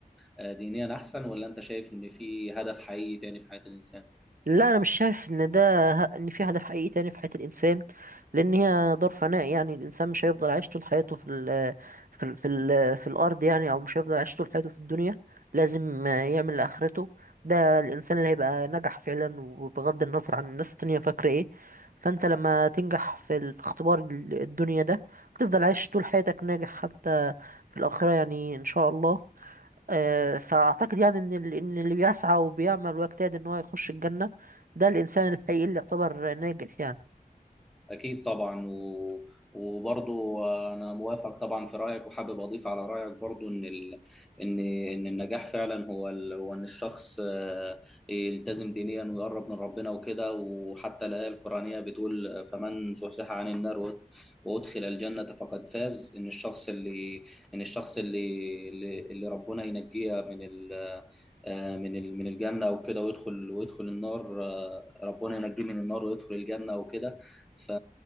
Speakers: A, in the centre; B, on the right.
A: آه، دينيا احسن ولا انت شايف ان في هدف حقيقي تاني في حياة الانسان
B: لا انا مش شايف ان ده ان في هدف حقيقي تاني في حياة الانسان لان هي دار فناء يعني الانسان مش هيفضل عايش طول حياته في ال في ال في, ال في الارض يعني او مش هيفضل عايش طول حياته في الدنيا لازم يعمل لاخرته ده الانسان اللي هيبقى نجح فعلا وبغض النظر عن الناس التانية فاكرة ايه فانت لما تنجح في, ال- في اختبار ال- الدنيا ده هتفضل عايش طول حياتك ناجح حتى في الاخرة يعني ان شاء الله آه، فأعتقد يعني إن ال- إن اللي بيسعى وبيعمل ويجتهد إن هو يخش الجنة ده الإنسان الحقيقي اللي يعتبر ناجح يعني
A: أكيد طبعا و... وبرضو أنا موافق طبعا في رأيك وحابب أضيف على رأيك برضو إن ال... إن إن النجاح فعلا هو ال... هو إن الشخص آه، يلتزم دينيا ويقرب من ربنا وكده وحتى الآية القرآنية بتقول فمن زحزح عن النار وأد- وأدخل الجنة فقد فاز إن الشخص اللي إن الشخص اللي اللي اللي ربنا ينجيه من ال... آه، من ال... من الجنة وكده ويدخل ويدخل النار آه، ربنا ينجيه من النار ويدخل الجنة وكده ف...